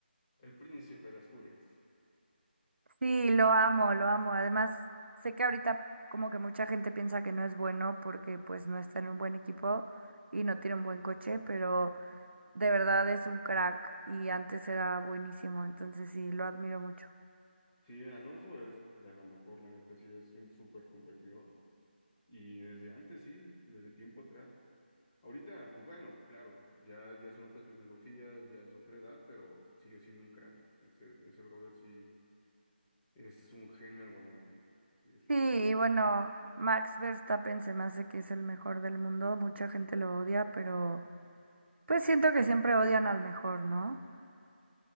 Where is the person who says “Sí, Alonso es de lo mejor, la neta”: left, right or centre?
Left